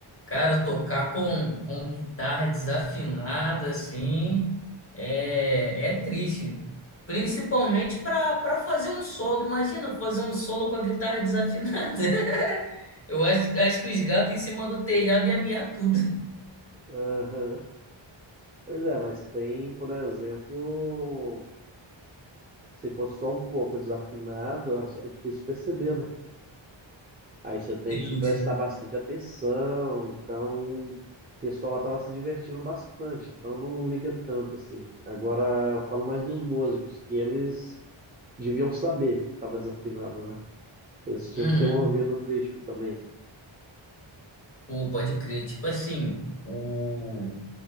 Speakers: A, on the left; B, on the right.
A: Cara, tocar com, com guitarra desafinada, assim, é, é triste. Principalmente para para fazer um solo. Imagina fazer um solo com a guitarra desafinada. <laughs> Eu acho, acho que os gatos em cima do telhado iam miar tudo.
B: Aham. Pois é, mas tem, por exemplo, se for só um pouco desafinado, é difícil perceber, né? Aí você tem
A: Sim,
B: que prestar
A: sim.
B: bastante atenção. Então, o pessoal lá estava se divertindo bastante, então não liga tanto assim. Agora eu falo mais dos músicos, que eles deviam saber que estava desafinado, né? Eles tinham
A: Uhum.
B: que ter um ouvido crítico também.
A: Pô, pode crer. Tipo assim, o...